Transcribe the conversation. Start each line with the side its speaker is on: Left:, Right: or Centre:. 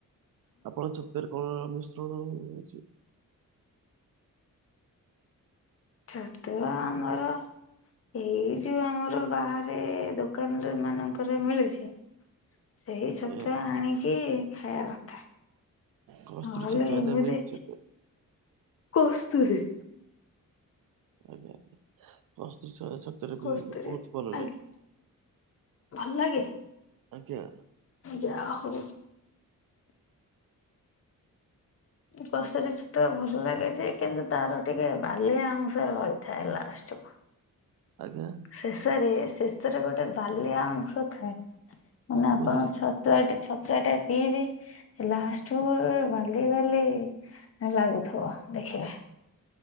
Right: ଆପଣଙ୍କ ଛତୁଆରେ କଣ ମିଶ୍ରଣ ଅଛି?
Left: ଛତୁଆ ଆମର ଏଇ ଯୋଉ ଆମର ବାହାରେ ଦୋକାନ ମାନଙ୍କରେ ମିଳୁଛି। ସେହି ଛତୁଆ
Right: ଆଜ୍ଞା
Left: ଆଣିକି ଖାଇବା କଥା।
Right: କସ୍ତୁରୀ
Left: ନହେଲେ
Right: ଛତୁଆ
Left: ଏମିତି
Right: ନା ମିକ୍ସ ଛତୁଆ
Left: କସ୍ତୁରି
Right: ଆଜ୍ଞା, ଆଜ୍ଞା କସ୍ତୁରି ଛ-ଛତୁଆର
Left: କସ୍ତୁରୀ
Right: ବି ବହୁତ ଭଲ
Left: ଆଜ୍ଞା
Right: ଲାଗେ।
Left: ଭଲ ଲାଗେ?
Right: ଆଜ୍ଞା।
Left: ଯା ହଉ। କସ୍ତୁରୀ ଛତୁଆ ଭଲ ଲାଗେ ଯେ କିନ୍ତୁ ତାର ଟିକେ ବାଲିଆ ଅଂଶ ରହିଥାଏ ଲାଷ୍ଟ କୁ।
Right: ଆଜ୍ଞା।
Left: ଶେଷରେ ଶେଥିରେ ଗୋଟେ ବାଲିଆ ଅଂଶ ଥାଏ। ମାନେ
Right: କୋଉଥିରେ
Left: ଆପଣଙ୍କ ଛ ତୁଆ ଟେ ଛତୁଆ ଟେ ପିଇବି ଏ ଲାଷ୍ଟ କୁ ବାଲି ବାଲି ହେଁ ଲାଗୁଥୁବ ଦେଖିବେ।